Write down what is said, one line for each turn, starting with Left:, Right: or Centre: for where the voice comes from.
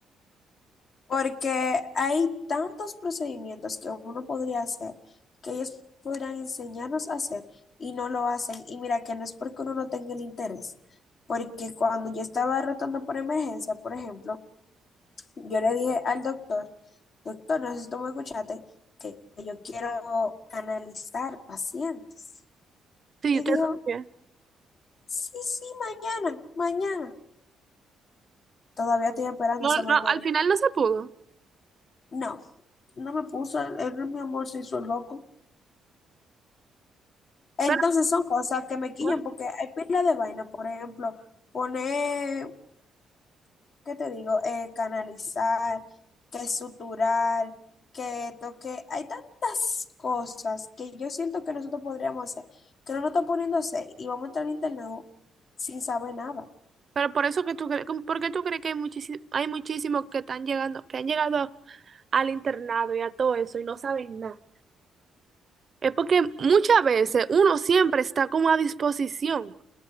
Left: Porque hay tantos procedimientos que uno podría hacer, que ellos podrían enseñarnos a hacer y no lo hacen. Y mira que no es porque uno no tenga el interés, porque cuando yo estaba rotando por emergencia, por ejemplo, yo le dije al doctor, doctor, no sé si tú me escuchaste, que yo quiero canalizar pacientes.
Right: Sí,
Left: Y
Right: yo te
Left: dijo,
Right: escuché.
Left: sí, sí, mañana, mañana. Todavía estoy esperando
Right: No,
Left: esa mañana.
Right: no, al final no se pudo.
Left: No, no me puso, él, mi amor se hizo el loco. Entonces
Right: Pero,
Left: son cosas que me quillan
Right: bueno,
Left: porque hay pila de vaina, por ejemplo, poner, ¿qué te digo? Eh, canalizar, que suturar, que toque. Hay tantas cosas que yo siento que nosotros podríamos hacer, que no nos están poniéndose y vamos a entrar al sin saber nada.
Right: pero por eso que tú crees, ¿por qué tú crees que hay muchísimos, hay muchísimos que están llegando, que han llegado al internado y a todo eso y no saben nada? Es porque muchas veces uno siempre está como a disposición.